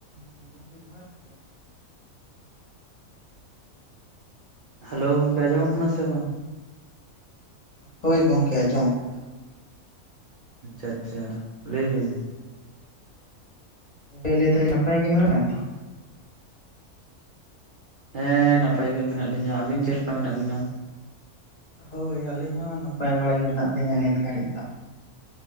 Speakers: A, on the left; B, on the right.
A: <inaudible> ᱜᱚᱢᱠᱮ ᱡᱚᱦᱟᱨ ᱜᱮ।
B: ᱦᱮᱞᱳ ᱜᱚᱝᱠᱮ ᱟᱸᱡᱚᱢᱚᱜ ᱠᱟᱱᱟ ᱥᱮ ᱵᱟᱝ?
A: ᱦᱳᱭ ᱜᱚᱝᱠᱮ ᱟᱸᱡᱚᱢᱚᱜ ᱠᱟᱱᱟ।
B: ᱟᱪᱪᱷᱟᱼᱟᱪᱪᱷᱟ ᱞᱟᱹᱭ ᱵᱤᱱ।
A: <inaudible> ᱞᱟᱹᱭ ᱫᱟ ᱞᱤᱧ ᱱᱟᱯᱟᱭ ᱜᱮ ᱢᱮᱱᱟᱜ <inaudible> ᱛᱚ?
B: ᱦᱮᱸ ᱱᱟᱯᱟᱭ ᱜᱮ ᱢᱮᱱᱟᱜ ᱞᱤᱧᱟ ᱟᱹᱵᱤᱱ ᱪᱮᱫ ᱞᱮᱠᱟ ᱢᱮᱱᱟᱜ ᱵᱤᱱᱟ?
A: ᱦᱳᱭ ᱟᱹᱞᱤᱧ ᱦᱚᱸ ᱱᱟᱯᱟᱭ ᱵᱟᱲᱟ ᱜᱮ ᱢᱮᱱᱟᱜ ᱞᱤᱧᱟᱹ ᱱᱤᱛ ᱜᱷᱟᱹᱲᱤᱡ ᱫᱚ।